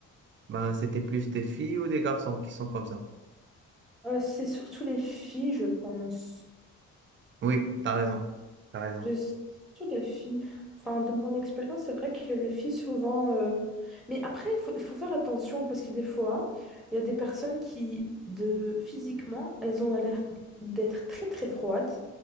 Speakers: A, on the right; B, in the centre.
A: Ben, c'était plus des filles ou des garçons qui sont comme ça.
B: Euh, c'est surtout les filles, je pense.
A: Oui, t'as raison, t'as raison.
B: Je sais surtout les filles. Enfin, de mon expérience, c'est vrai que les filles, souvent. euh, Mais après, il faut, il faut faire attention parce que des fois, il y a des personnes qui, de... physiquement, elles ont l'air d'être très très froides.